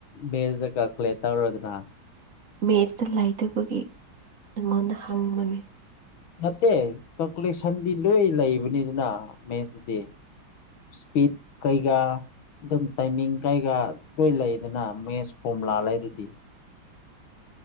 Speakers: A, on the left; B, on the right.
A: ꯃꯦꯖꯇ ꯀꯛꯈꯂꯦ ꯇꯧꯔꯗꯅ
B: ꯃꯦꯠꯁꯇ ꯂꯩꯇꯕꯒꯤ ꯑꯩꯉꯣꯟꯗ ꯍꯪꯕꯅꯤ
A: ꯅꯠꯇꯦ ꯀꯀꯨꯂꯦꯛꯁꯟꯗꯤ ꯂꯣꯏ ꯂꯩꯕꯅꯤꯗꯅ ꯃꯦꯁꯇꯗꯤ ꯏꯁꯄꯤꯠ ꯀꯩꯀ ꯑꯗꯨꯝ ꯇꯥꯏꯃꯤꯡ ꯀꯩꯒ ꯂꯣꯏ ꯂꯩꯗꯅ ꯃꯦꯠꯁ ꯐꯣꯝ ꯂꯥꯑ ꯂꯩꯔꯗꯤ